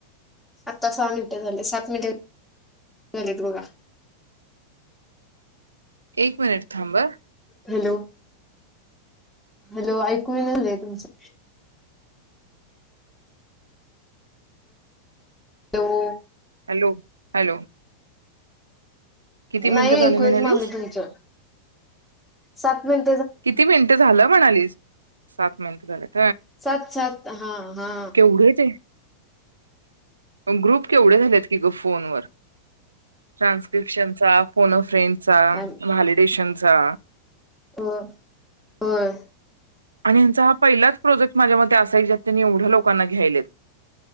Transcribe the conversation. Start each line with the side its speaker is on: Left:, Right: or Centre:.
Centre: आता सहा मिनिटे झाले सात मिनिटे झालेत बघा.
Right: एक मिनिट थांब ह.
Centre: हॅलो हॅलो ऐकू ययना ताई तुमचं. हॅलो.
Right: Hello hello. किती
Centre: नाही
Right: मिनिटं
Centre: ऐकू
Right: झाले
Centre: येत
Right: म्हणालीस
Centre: मामी तुमच सात मिन
Right: किती मिनिटं झालं म्हणालीस. सात मिनटं झालेत.
Centre: सात सात हा हा.
Right: केवढे ते ग्रुप केवढे झालेत की ग फोनवर ट्रान्सक्रिप्शनचा फोन अ फ्रेंड चा
Centre: हो
Right: व्हॅलिडेशनचा.
Centre: हो होय.
Right: आणिल चा हा पहिलाच प्रोजेक्ट माझ्या मते असाय ज्यात त्यांनी एवढ्या लोकांना घ्यायलेत.